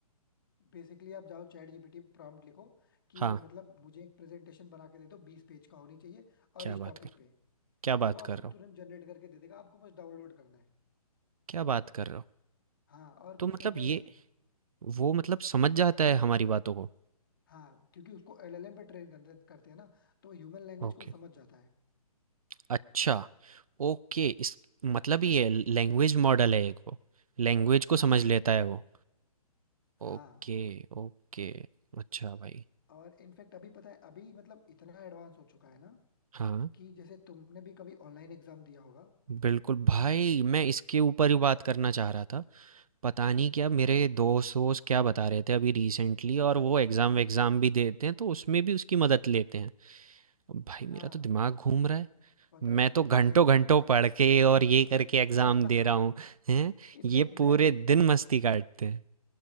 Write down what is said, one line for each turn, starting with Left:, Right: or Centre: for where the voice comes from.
Left: बेसिकली आप जाओ चैट जीपीटी प्रॉम्प्ट लिखो कि
Right: हाँ
Left: मतलब मुझे एक प्रेजेंटेशन बना के दे दो बीस पेज का होनी चाहिए और
Right: क्या
Left: इस
Right: बात
Left: टॉपिक
Right: कर
Left: पे
Right: क्या
Left: वो
Right: बात
Left: आपको
Right: कर रहा हूँ
Left: तुरंत जनरेट करके दे देगा आपको बस डाउनलोड करना है
Right: क्या बात कर रहे हो?
Left: हाँ और
Right: तो
Left: कुछ
Right: मतलब
Left: करना
Right: ये
Left: ही नहीं है
Right: वो मतलब समझ जाता है हमारी बातों को।
Left: हाँ क्योंकि उसको एलएलएम पे ट्रेन करते हैं ना तो ह्यूमन लैंग्वेज
Right: ओके।
Left: को समझ जाता है
Right: अच्छा, ओके इस मतलब ये लैंग्वेज मॉडल है एक वो। लैंग्वेज को
Left: हाँ
Right: समझ लेता है वो। Okay,
Left: हाँ
Right: okay. अच्छा भाई।
Left: और इनफैक्ट अभी पता है अभी मतलब इतना एडवांस हो चुका है ना
Right: हाँ,
Left: कि जैसे तुमने भी कभी ऑनलाइन एग्जाम दिया होगा
Right: बिल्कुल भाई मैं इसके ऊपर ही बात करना चाह रहा था। पता नहीं क्या मेरे दोस्त-वोस्त क्या बता रहे थे अभी रिसेंटली और वो एग्ज़ाम-वेग्ज़ाम भी देते हैं तो उसमें भी उसकी मदद लेते हैं। भाई मेरा
Left: हाँ
Right: तो दिमाग घूम रहा है।
Left: पता है
Right: मैं
Left: क्या
Right: तो
Left: है
Right: घंटों-घंटों
Left: जैसे ऑनलाइन
Right: पढ़ के और ये करके एग्ज़ाम
Left: <laughs>
Right: दे रहा हूँ, हैं?
Left: इनफैक्ट
Right: ये पूरे
Left: मैं भी
Right: दिन मस्ती काटते हैं।